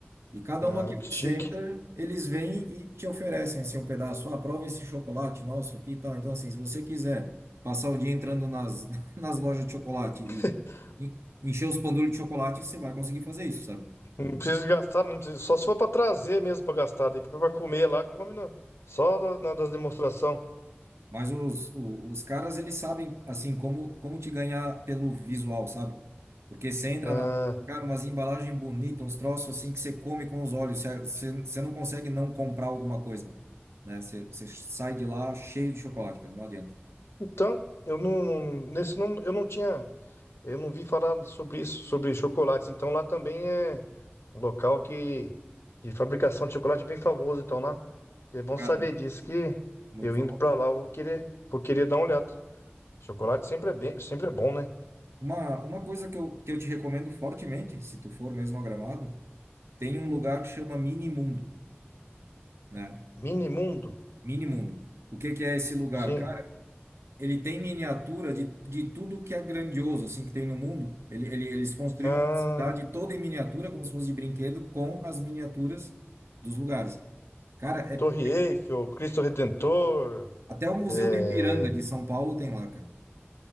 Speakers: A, on the right; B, on the left.
A: E cada
B: Ah,
A: uma que
B: que
A: você
B: chique.
A: entra, eles vêm e te oferecem assim um pedaço. Ah, prova esse chocolate nosso aqui e tal. Então, assim, se você quiser passar o dia entrando nas, <laughs> nas lojas de chocolate
B: <laughs>
A: e en- encher os pandulhos de chocolate, você vai conseguir fazer isso, sabe?
B: Não precisa gastar, não precisa, só se for para trazer mesmo para gastar, daí para comer lá, come na- só na, na das demonstração.
A: Mas os, o- os, caras, eles sabem, assim, como, como te ganhar pelo visual, sabe? Porque você entra
B: Ah,
A: na. Cara, umas embalagens bonitas, uns troços assim que você come com os olhos. Você, você, você não consegue não comprar alguma coisa, né? Você, você sai de lá cheio de chocolate, cara. Não adianta.
B: Então, eu não, não- nesse não, eu não tinha, eu não vi falar sobre isso, sobre chocolates. Então lá também é um local que de fabricação de chocolate bem famoso. Então lá é bom
A: Cara,
B: saber disso que
A: muito
B: eu
A: famoso.
B: indo para lá eu vou querer, vou querer dar uma olhada. Chocolate sempre é bem, sempre é bom, né?
A: Uma, uma coisa que eu, que eu te recomendo fortemente, se tu for mesmo a Gramado, tem um lugar que chama Mini Mundo, né?
B: Mini Mundo,
A: Mini Mundo. O que que é esse lugar?
B: sim.
A: cara Ele tem miniatura de, de tudo que é grandioso, assim, que tem no mundo. Ele, ele- eles construíram
B: Ah,
A: uma cidade toda em miniatura, como se fosse de brinquedo, com as miniaturas dos lugares. Cara, é,
B: Torre Eiffel, Cristo Redentor,
A: até o Museu
B: é,
A: do Ipiranga de São Paulo tem lá, cara.